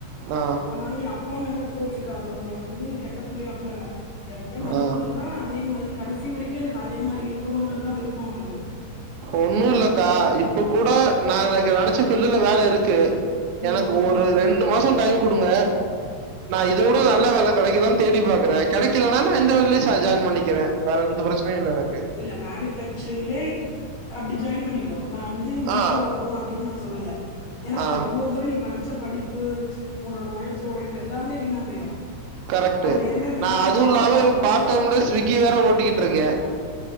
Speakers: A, on the right; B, on the left.
A: ஆ
B: ஆனா நீ அப்பா மேல போச்சுக்கா அத ஒன வந்து கெட்ட புள்ளயா பிள்ளல எ நல்ல
A: ஆ
B: பிள்ள தான் அதே மாரி கடைசி வரைக்கும் எனக்கு அதே மாரி இருக்கணும்ன்றதான் விருப்பம் அவருக்கு.
A: ஒன்னும் இல்லக்கா இப்ப கூட
B: ம்,
A: நான்க நச்ச பில்லுல வேல இருக்கு
B: ம்,
A: எனக்கு
B: ம்,
A: ஒரு ரெண்டு மாசம் டைம் குடுங்க நான் இத விட
B: ம்.
A: நல்ல வேல கெடைக்குதான் தேடி பாக்குறேன் கெடக்கலனா நான் இந்த வழில ச ஜாயின் பண்ணிக்கிறேன் வேற எந்த பிரச்சனயும் இல்ல எனக்
B: இல்ல மேனுபேக் சரிங்ல அப்டி ஜாயின் பண்ணிக்கோ நான் வந்து பிபிஓட
A: ஆ,
B: போ அப்டின்னு நான் சொல்லல ஏன்னா அப்புற
A: ஆ
B: இவ்வளவு தூரம் நீ படிச்ச படி உன்னோட உழைச்ச உழைப்பு எல்லாமே வீணா போயிரும்
A: கரெக்ட்டு.
B: அவரு என்னன்னா
A: நான்
B: இந்த
A: அதுவும்
B: அத்த
A: இல்லாம
B: பைய மாரி
A: பார்ட் டைம்ல ஸ்விக்கி வேற ஓட்டிக்கிட்டு இருக்கேன்.